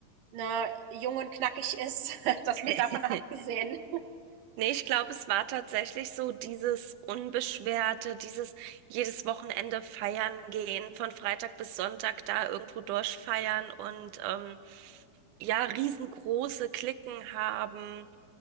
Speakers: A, on the right; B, on the right.
A: ne, jung und knackig ist, <laughs> dass man davon
B: <laughs>
A: <laughs> abgesehen.
B: Nee, ich glaube, es war tatsächlich so dieses Unbeschwerte, dieses jedes Wochenende feiern gehen, von Freitag bis Sonntag da irgendwo durchfeiern und ähm, ja, riesengroße Cliquen haben.